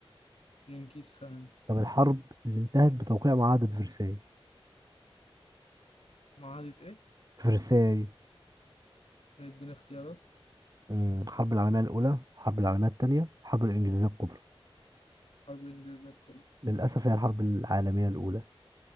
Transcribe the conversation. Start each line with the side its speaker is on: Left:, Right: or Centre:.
Left: جنكيز خان
Right: طب الحرب اللي انتهت بتوقيع معاهدة فرساي
Left: معاهدة إيه؟
Right: فرساي
Left: اديني اختيارات
Right: مم، الحرب العالمية الأولى الحرب العالمية الثانية الحرب الإنجليزية الكبرى
Left: حرب الإنجليزية الكبرى
Right: للأسف هي الحرب العالمية الأولى